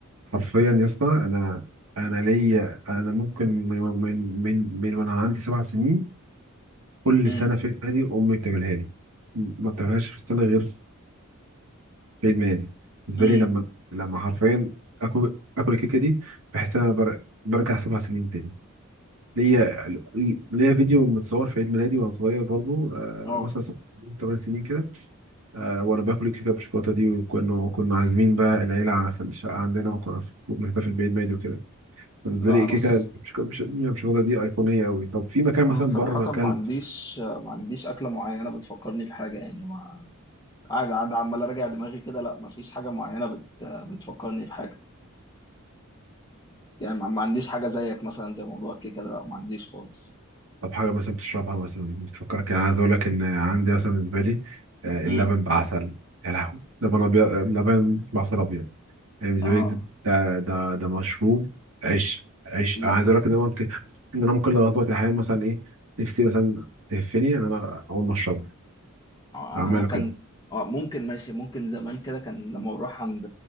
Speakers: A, on the right (about 65°); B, on the left (about 20°).
A: حرفيا يا اسطى انا انا ليا انا ممكن من من من من وانا عندي سبع سنين كل
B: امم
A: سنه في العيد امي بتعملها لي ما بتعملهاش في السنه غير في ادماني دي بالنسبه
B: امم
A: لي لما لما حرفيا اكل اكل الكيكه دي بحس ان انا بر... برجع سبع سنين تاني ليا ليا فيديو متصور في عيد ميلادي وانا صغير برضو آه
B: اه
A: مثلا سبع سنين ثمان سنين كده آه وانا باكل الكيكه بالشوكولاته دي وكنا كنا عازمين بقى العيله في الشقه عندنا وكنا في- بنحتفل بعيد ميلادي وكده بالنسبه
B: لا
A: لي الكيكه
B: انا ص...
A: بالشوك- بالش- بالشوكولاته دي ايقونيه قوي طب في مكان مثلا
B: انا صراحة
A: بره اكلت
B: ما عنديش ما عنديش أكلة معينة بتفكرني بحاجة يعني ما قاعد قاعد عمال أراجع دماغي كده لا ما فيش حاجة معينة بت... بتفكرني بحاجة يعني ما ما عنديش حاجة زيك مثلا زي موضوع الكيكة ده لا ما عنديش خالص
A: طب حاجة مثلا بتشربها مثلا بتفكرك يعني عايز أقول لك إن عندي مثلا بالنسبة لي آه،
B: امم
A: اللبن بعسل يا لهوي لبن أبيض آه، لبن بعسل أبيض يعني بالنسبة
B: اه
A: لي ده ده ده, ده مشروب عيش عيش
B: لا
A: أنا عايز أقول لك إن أنا ممكن إن أنا ممكن لغاية دلوقتي أحيانا مثلا إيه نفسي مثلا تهفني إن أنا أقوم أشربه
B: آه،
A: أعمله
B: انا كان
A: كده
B: آه، ممكن ماشي ممكن زمان كده كان لما بروح عند